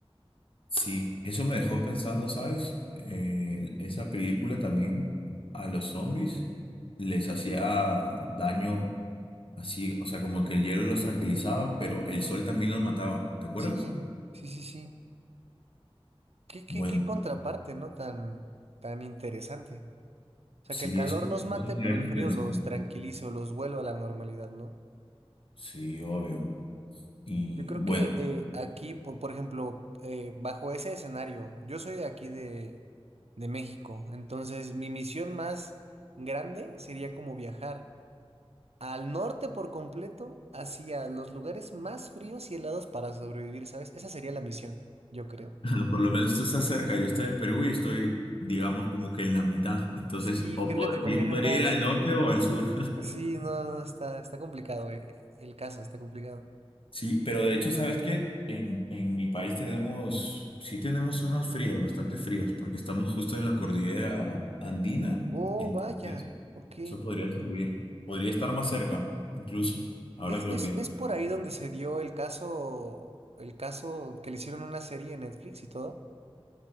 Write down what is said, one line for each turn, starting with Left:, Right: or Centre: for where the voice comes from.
Left: Sí, eso me dejó pensando, ¿sabes? Eh, esa película también a los zombies les hacía daño así, o sea, como que el hielo los tranquilizaba, pero el sol también los mataba, ¿te acuerdas?
Right: Sí, sí, sí, sí. Qué, qué,
Left: Bueno,
Right: qué contraparte, ¿no? Tan, tan interesante. O
Left: sí,
Right: sea, que el calor
Left: eso,
Right: los mate,
Left: eso me
Right: pero
Left: deja
Right: el frío
Left: pensando.
Right: los tranquilice o los vuelva a la normalidad, ¿no?
Left: Sí, obvio. Y
Right: Yo creo
Left: bueno,
Right: que eh, aquí, po- por, ejemplo, eh, bajo ese escenario, yo soy de aquí de, de México, entonces mi misión más grande sería como viajar al norte por completo, hacia los lugares más fríos y helados para sobrevivir, ¿sabes? Esa sería la misión, yo creo.
Left: <laughs> por lo menos tú estás cerca, yo estoy en Perú y estoy, digamos, como que en la mitad, entonces
Right: Sí,
Left: o
Right: creo
Left: po-
Right: que te conviene
Left: bien podría
Right: más.
Left: ir al
Right: eh,
Left: norte o al sur.
Right: sí, no, no, está, está complicado, eh, el caso, está complicado.
Left: Sí, pero de hecho, ¿sabes qué? En, en mi país tenemos, sí tenemos zonas frías, bastante frías, porque estamos justo en la cordillera andina,
Right: Oh,
Left: entonces
Right: vaya, ok.
Left: eso podría servir. Podría estar más cerca, incluso, ahora
Right: Es,
Left: que lo
Right: es,
Left: pienso.
Right: es por ahí donde se dio el caso, el caso que le hicieron una serie en Netflix y todo,